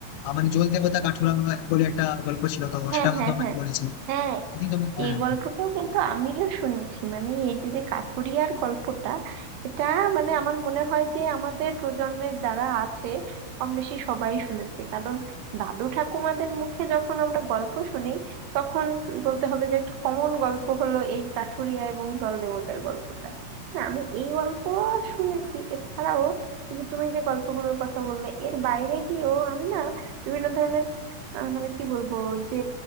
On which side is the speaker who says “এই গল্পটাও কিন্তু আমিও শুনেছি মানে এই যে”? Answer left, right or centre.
Right